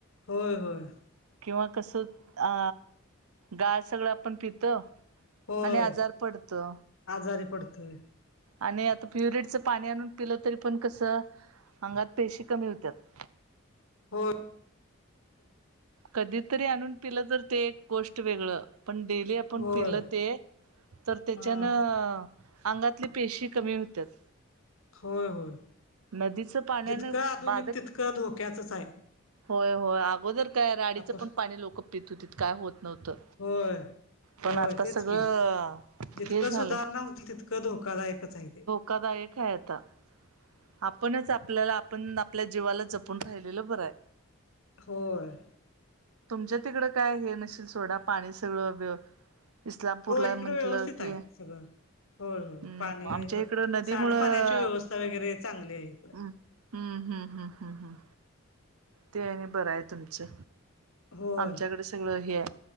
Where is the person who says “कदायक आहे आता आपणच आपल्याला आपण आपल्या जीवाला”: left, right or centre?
Right